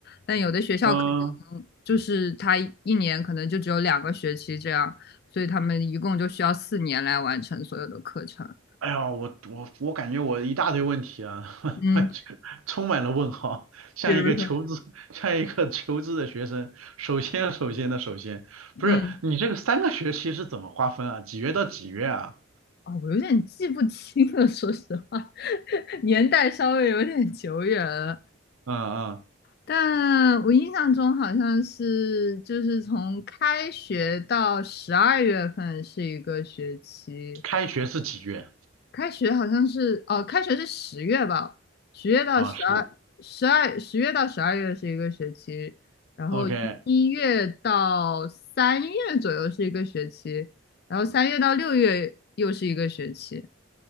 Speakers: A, on the left; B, on the right.
A: 但有的学校可能就是他一年可能就只有两个学期这样，
B: 嗯。
A: 所以他们一共就需要四年来完成所有的课程。
B: 哎呀，我我我感觉我一大堆问题啊，<laughs>
A: 嗯，
B: 我就充满了问号，像一个求知，
A: 比如说，
B: 像一个求知的学生。首先，首先的首先，
A: 嗯，
B: 不是你这个三个学期是怎么划分啊？几月到几月啊？
A: 啊、我有点记不清了，说实话，<laughs> 年代稍微有点久远了。
B: 嗯嗯，
A: 但我印象中好像是，就是从开学到十二月份是一个学期，
B: 开学是几月
A: 开学好像是哦，开学是十月吧，十月到十二，
B: 啊？是
A: 十二十月到十二月是一个学期，然后一月到三月左右是一个学期，
B: OK，
A: 然后三月到六月又是一个学期。